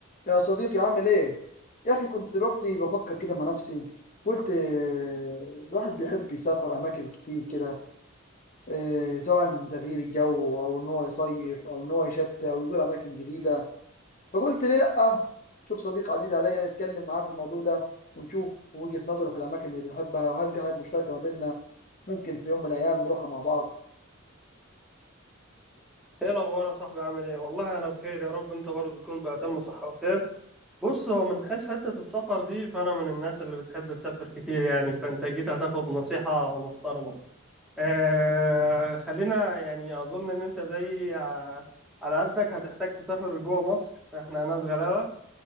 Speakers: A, on the left; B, in the centre.
A: يا صديقي عامل ايه؟ يا اخي كنت دلوقتي بفكر كده مع نفسي قلت آه، الواحد بيحب يسافر اماكن كتير كده آه، سواء لتغيير الجو او ان هو يصيف او ان هو يشتي او يزور اماكن جديدة فقلت ليه لأ؟ شوف صديق عزيز عليا نتكلم معاه في الموضوع ده ونشوف وجهة نظره في الاماكن اللي بيحبها وهل في حاجات مشتركة ما بيننا ممكن في يوم من الايام نروحها مع بعض
B: ايه الاخبار يا صاحبي عامل ايه والله انا بخير يا رب انت برضه تكون بأتم صحة وخير بص هو من حيث حتة السفر دي فانا من الناس اللي بتحب تسافر كتير يعني فانت جيت هتاخد نصيحة محترمة آه خلينا يعني اظن ان انت زي ع- على قدك هتحتاج تسافر جوه مصر احنا ناس غلابة